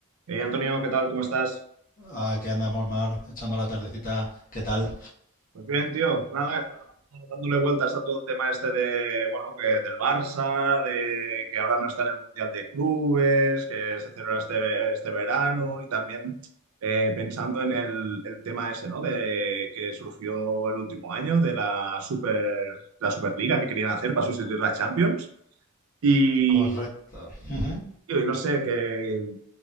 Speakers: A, on the right (about 75°); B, on the left (about 40°).
A: Eh, Antonio, ¿qué tal? ¿Cómo estás?
B: Aquí andamos, Mar, echando la tardecita. ¿Qué tal?
A: Pues bien, tío. Nada, estaba dándole vueltas a todo el tema este de, bueno, que del Barça, de que ahora no está en el Mundial de Clubes, que se celebra este, este verano y también eh, pensando en el, el tema ese, ¿no? De que surgió el último año de la Super, la Superliga que querían hacer para sustituir la Champions. Y,
B: Correcto. Ujú.
A: tío, y no sé, que